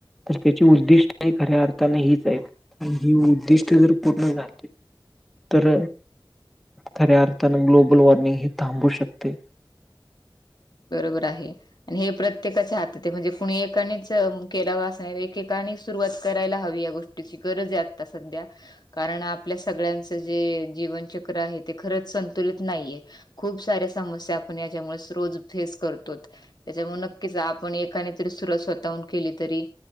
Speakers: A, in the centre; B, on the left.
A: तर त्याची उद्दिष्टही खऱ्या अर्थान हीच हाईत, मग ही उद्दिष्ट जर पूर्ण झाली तर खऱ्या अर्थान ग्लोबल वार्निंग ही थांबू शकते.
B: बरोबर आहे. आणि हे प्रत्येकाच्या हातात ये. म्हणजे कुणी एकानेच केला वा अस नाय, एकेकाने सुरुवात करायला हवी या गोष्टी ची गरज ये, आता सध्या कारण आपल्या सगळ्यांचं जे जीवनचक्र आहे, ते खरंच संतुलित नाहीये. खूप साऱ्या समस्या आपण याच्यामुळेसं रोज फेस करतोत. त्याच्यामुळ नक्कीच आपण एकाने तरी सुरवात स्वतःहून केली तरी